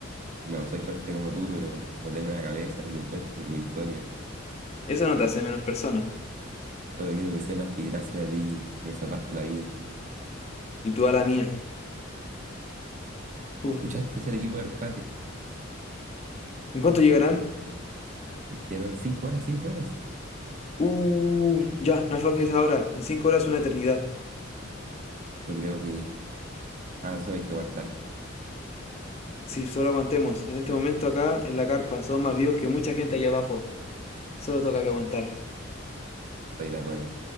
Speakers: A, on the right (about 40°); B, on the left (about 30°).
A: No soy fuerte como tú, pero no tengo una cabeza, ni tu cuerpo, ni tu historia.
B: Eso no te hace menos persona.
A: Solo quiero que sepas que gracias a ti me salvaste la vida.
B: Y tú a la mía. Uf.
A: ¿Escuchaste? Es el equipo de rescate.
B: ¿En cuánto llegarán?
A: Dijeron cinco horas, cinco horas.
B: Uh, ya, no aflojes ahora. En cinco horas una eternidad.
A: Yo creo que ahora solo hay que aguantar.
B: Si solo aguantemos. En este momento acá, en la carpa, somos más vivos que mucha gente allá abajo. Solo toca que aguantar.
A: Estoy de acuerdo.